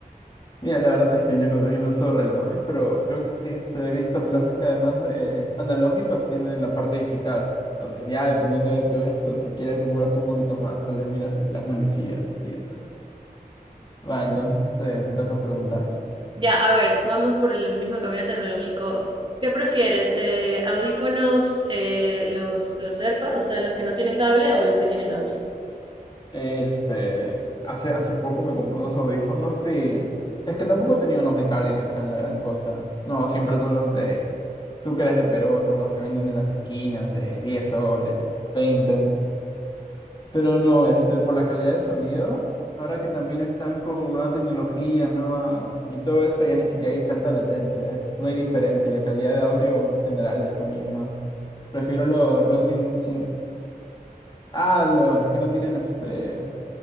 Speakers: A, on the left; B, on the right.
A: Mira, la verdad es que yo no, yo no uso relojes, pero creo que sí este, he visto relojes que además de analógicos tienen la parte digital. Entonces ya dependiendo de tu esto, si quieres demorarte un poquito más, tal vez miras las manecillas y eso. Va, entonces este, te toca preguntar.
B: Ya, a ver, vamos por el mismo camino tecnológico. ¿Qué prefieres? eh, ¿audífonos, eh, los, los AirPods, o sea, los que no tienen cable o los que tienen cable?
A: Este, hace, hace poco me compré unos audífonos y es que tampoco he tenido unos de cable que sean la gran cosa. No, siempre son los de, tú que eres de Perú, son los que venden en las esquinas de 10 soles, 20. Pero no, este, por la calidad de sonido, ahora que también están con nueva tecnología, nueva y todo eso, ya ni siquiera hay tanta latencia, es- no hay diferencia, la calidad de audio en general es la misma. Prefiero los lo lo sin, sin, ah, lo- los que no tienen este,